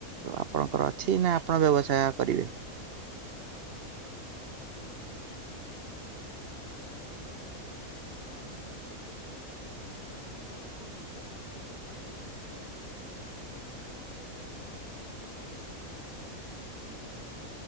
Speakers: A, on the right; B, on the left.
A: ଆପଣଙ୍କର ଅଛି? ନା ଆପଣ ବ୍ୟବସାୟ କରିବେ?
B: ମୁଁ ଭାବୁଥିଲି କି? ମୁଁ ତ ଭାବିଥିଲି କି? ମୁଁ କଣ କହିଲା ଭାବୁଥିଲିକି ପୋଲିସ। <inaudible> କିନ୍ତୁ ମୋର ଟିକେ ରୋଗ ଅଛି ଯେହେତୁ। ଭାବୁଛି କି ଆମ କଲେଜ ତ ସେଇ ଉପରେ କିଛି ବାଛି ନେବି।